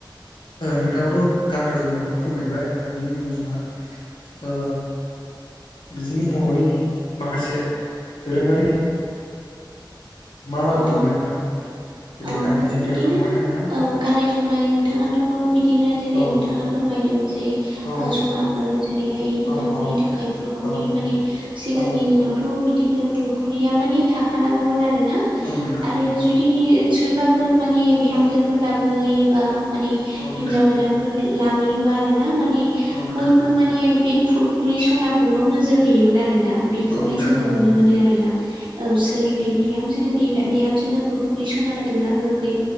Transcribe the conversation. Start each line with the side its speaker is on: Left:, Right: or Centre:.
Left: नोंथाङाबोथ' गानग्रा जोमग्राखौ फोरमायबाय आरो बिनि उनाव जोंहा ओ बिदिनि बर'नि माखासे दोरोङारि मा मा दङमोनला
Right: औ
Left: नोंथां जेरै
Right: औ
Left: गाननाय जोमनायाव
Right: बिदिनो
Left: थांखाबाय ना नोंथां
Right: औ गाननाय जोमनाय नोंथाङाथ' बिदि नो जेरै
Left: औ
Right: नोंथाङा फोरमायदों जे
Left: औ
Right: सनाफोर जेरैहाय
Left: औ
Right: हिनजावफोरनि
Left: औ
Right: थाखाय फुरखुरि
Left: औ
Right: माने सिगांनि
Left: औ
Right: दिनावथ' बिदिनो फुखुरिया मान थाखानांगौ आरोना
Left: औ नोंथां
Right: आरो जुदि सोरबा फोर माने बिहामजोफोर
Left: औ
Right: लाबोयोबा माने
Left: औ नोंथां
Right: हिनजाव गोदानफोर लाबोयोबा आरो ना माने
Left: औ नोंथां
Right: बयबो माने बे फुरखुरि सनाखौल' नोजोर होयोमोन आरोना बेहाय
Left: औ नोंथां
Right: जोङो
Left: औ
Right: नुनो मोनो आरोना औ सोरनि बिहाम जोनो फुरखुरि सना होदोंना होआखै